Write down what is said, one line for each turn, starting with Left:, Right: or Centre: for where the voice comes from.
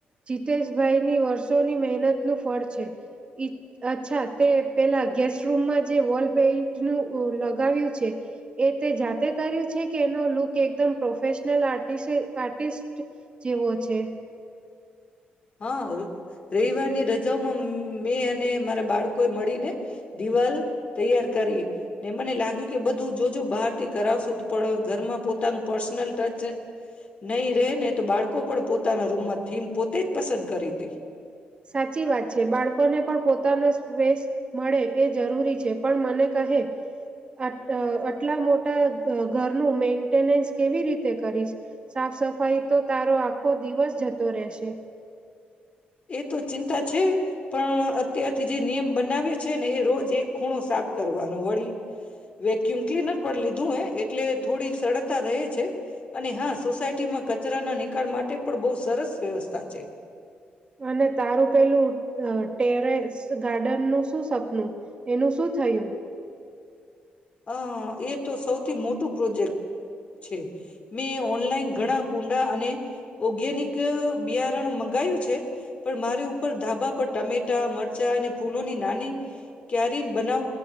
Right: જીતેશભાઈની વર્ષોની મહેનતનું ફળ છે. ઈચ્છ અચ્છા તે પેલા ગેસ્ટ રૂમમાં જે વોલ પેન્ટ્રુ ઓ લગાવ્યું છે એ તે જાતે કર્યું છે કે એનો લુક એકદમ પ્રોફેશનલ આર્ટિસે આર્ટિસ્ટ જેવો છે.
Left: હા, અહ રવિવારની રજાઓમાં ઉમ મેં અને મારા બાળકોએ મળીને દિવાલ તૈયાર કરી. ને મને લાગ્યું કે બધું જોજો બહારથી કરાવશું, પ પણ ઘરમાં પોતાનું પર્સનલ ટચ નહી રેહે ને તો બાળ તો પણ પોતાના રૂમમાં થીમ પોતે જ પસંદ કરીતી.
Right: સાચી વાત છે. બાળકોને પણ પોતાનો સ વેશ મળે એ જરૂરી છે, પણ મને કહે આટ અ અટલા મોટા અ ઘરનું મેન્ટેનેન્સ કેવી રીતે કરીશ? સાફ સફાઈ તો તારો આખો દિવસ જતો રેહશે?
Left: એ તો ચિંતા છે, પણ અત્યારથી જે નિયમ બનાવ્યો છે ને એ રોજ એક ખૂણો સાફ કરવાનો. વળી વેક્યુમ ક્લીનર પણ લીધું હે એટલે થોડી સરળતા રહે છે. અને હા સોસાયટીમાં કચરાના નિકાળ માટે પણ બહુ સરસ વ્યવસ્થા છે.
Right: અને તારું પેલું અ ટેરેસ ગાર્ડનનું શું સપનું? એનું શું થયું?
Left: અ એ તો સૌથી મોટું પ્રોજેક્ટ છે. મેં ઓનલાઈન ઘણા કુંડા અને ઓગેનિક બિયારણ મંગાયું છે, પન મારે ઉપર ધાબા પર ટમેટા, મરચાં અને ફૂલોની નાની ક્યારી બનાવ